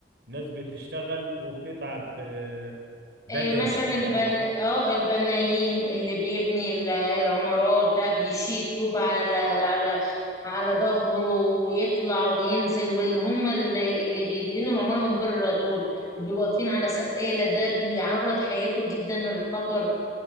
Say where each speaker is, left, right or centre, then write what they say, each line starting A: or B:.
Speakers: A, on the right (about 60°); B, on the left (about 20°).
A: الناس بتشتغل وبتتعب آه، بدني
B: إيه مثلا البن
A: بقى
B: اه البنايين اللي بيبني ال- العمارات ده بيشيل طوب على على على ظهره ويطلع وينزل واللي هم اللي, اللي بيدهنوا العمارة من بره دول اللي بيبقوا واقفين على سقالة ده بيعرض حياته جدا للخطر